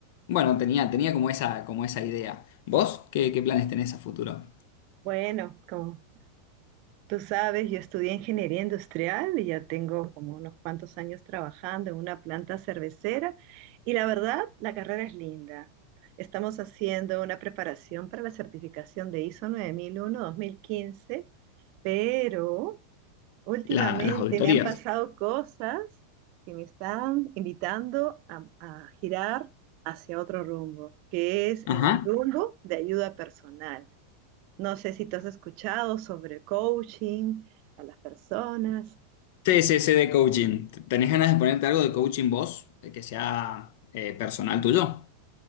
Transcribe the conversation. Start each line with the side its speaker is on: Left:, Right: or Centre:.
Left: bueno, tenía, tenía como esa, como esa idea. ¿Vos qué, qué planes tenés a futuro?
Right: Bueno, como tú sabes, yo estudié ingeniería industrial y ya tengo como unos cuantos años trabajando en una planta cervecera y la verdad, la carrera es linda. Estamos haciendo una preparación para la certificación de ISO nueve mil uno dos mil quince, pero últimamente
Left: La- las auditorías.
Right: me han pasado cosas que me están invitando a, a girar hacia otro rumbo, que es
Left: Ajá.
Right: en el rumbo de ayuda personal. No sé si tú has escuchado sobre el coaching a las personas.
Left: Sí, sí, sí, de coaching. ¿Tenés ganas de ponerte algo de coaching vos eh, que sea eh, personal tuyo?